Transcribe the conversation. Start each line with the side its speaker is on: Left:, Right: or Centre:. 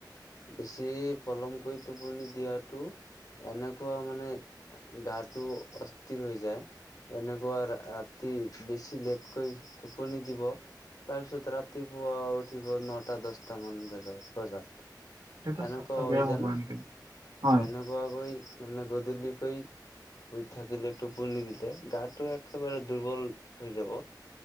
Left: বেছি পলমকৈ টোপনি দিয়টো এনেকুৱা মানে গাটো অস্থিৰ হৈ যায়। এনেকুৱা ৰাতি বেছি লেটকৈ টোপনি দিব। তাৰপিছত ৰাতিপুৱা উঠিব নটা দহটা মান বজাত বজাত।
Right: এইটোতো
Left: এনেকুৱা
Right: স্বাস্থ্য
Left: হৈ
Right: বেয়া
Left: জানা,
Right: হ'ব এনেকে হয়
Left: এনেকুৱাকৈ মানে গধূলিকৈ শুই থাকিলে টোপনি দিলে গাটো একেবাৰে দুৰ্বল হৈ যাব।